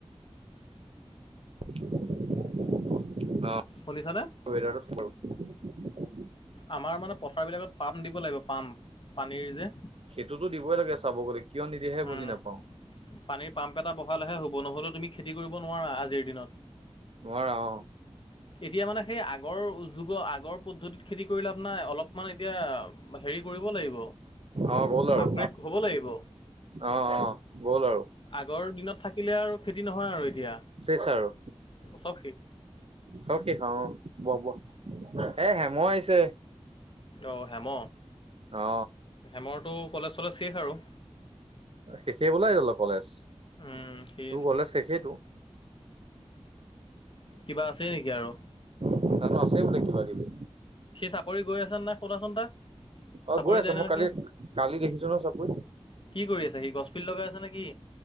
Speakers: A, on the right; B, on the left.
A: অ <unintelligible>
B: শুনিছানে আমাৰ মানে পথাৰবিলাকত পাম্প দিব লাগিব পাম্প পানীৰ যে।
A: সেইটোতো দিবই লাগে চাব গ'লে। কিয় নিদিয়েহে বুজি
B: উম
A: নাপাওঁ
B: পানীৰ পাম্প এটা বহালেহে হ'ব, নহ'লেও তুমি খেতি কৰিব নোৱাৰা আজিৰ দিনত।
A: নোৱাৰা অ।
B: এতিয়া মানে সেই আগৰ যুগৰ আগৰ পদ্ধতিত খেতি কৰিলে লাভ নাই। অলপমান এতিয়া হেৰি কৰিব লাগিব।
A: অ গ'ল আৰু
B: আপগ্ৰেড হ'ব লাগিব।
A: অ অ গ'ল আৰু
B: আগৰ দিনত থাক কিলে আৰু খেতি নহয় আৰু। এতিয়া
A: চেচ আৰু
B: চব শেষ।
A: চব শেষ, অ। ব ব এ হেমহ আহিছে।
B: অঁ হেম,
A: অ
B: হেমৰটো কলেজ-চলেজ শেষ আৰু।
A: শেষেই <unintelligible> কলেজ।
B: উম,
A: তোৰ
B: সি
A: কলেজ শেষেইটো।
B: কিবা আছেই নেকি আৰু?
A: <unintelligible> আছেই বোলে কিবা কিবি।
B: সি চাপৰি <unintelligible>
A: অ
B: চাপৰি
A: গৈ আছে
B: যায় নহয়
A: মই কালি-কালি
B: সি
A: দেখিছো ন চব গৈ।
B: কি কৰি আছে? সি গছপিল লগাই আছে নেকি?